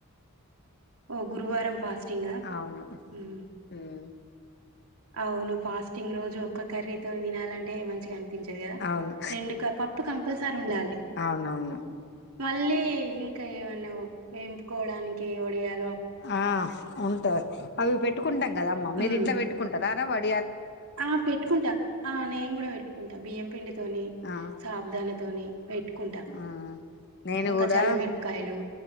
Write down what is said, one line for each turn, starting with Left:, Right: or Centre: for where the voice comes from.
Right: ఓ గురువారం ఫాస్టింగా
Left: అవును
Right: హ్
Left: ఉమ్
Right: అవును ఫాస్టింగ్ రోజు ఒక్క కర్రీతోనీ తినాలంటే మంచిగా అనిపి పించదు కదా
Left: అవును
Right: రెండు క పప్పు కంపల్సరీ ఉండాలే
Left: అవునవును
Right: మళ్ళీ ఇంకా ఏమన్నా వేంపుకోవడానికి ఒడియలు
Left: ఆ ఉంటా అవి పెట్టుకుంటాం. కదామ్మ
Right: హ్మ్.
Left: మీరు ఇంట్ల పెట్టుకుంటారరా వాటి
Right: ఆ పెట్టుకుంటా ఆ నేను కూడా పెట్టుకుంటా బియ్యం తోనీ
Left: ఆ
Right: సాబ్దానితోని పెట్టుకుంటా
Left: ఆ నేను
Right: ఇంకా
Left: కూడా
Right: చల్ల మిరపకాయలు